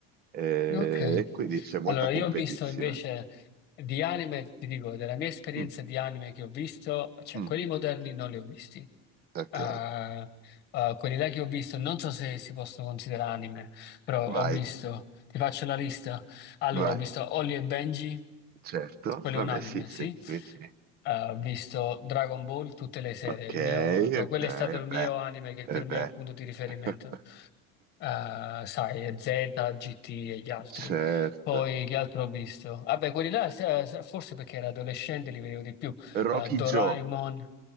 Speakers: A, on the right; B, on the left.
A: E,
B: Ok.
A: e quindi c'è molta
B: Allora,
A: competizione.
B: io ho visto invece di anime, ti dico, della mia esperienza
A: Mm,
B: di anime che ho visto, cioè
A: mm,
B: quelli moderni non li ho visti.
A: ok,
B: Ah, ah, quelli là che ho visto, non so se si possono considerare anime, però
A: vai,
B: ho visto, ti faccio la lista. Allora,
A: vai,
B: ho visto Holly e Benji,
A: certo,
B: Quello
A: vabbè,
B: è un anime,
A: sì, sì,
B: sì.
A: sì, sì.
B: Eh, Ho visto Dragon Ball tutte le sere.
A: Ok,
B: Il mio, cioè,
A: ok,
B: quello è stato il mio
A: beh,
B: anime che per
A: e
B: me
A: beh.
B: è punto di riferimento.
A: <laughs>
B: Eh, sai, Z, GT e gli altri.
A: Certo.
B: Poi che altro ho visto? Vabbè, quelli là, se- se- forse perché ero adolescente, li vedevo di più.
A: Rocky
B: Eh, Doraemon.
A: Joe.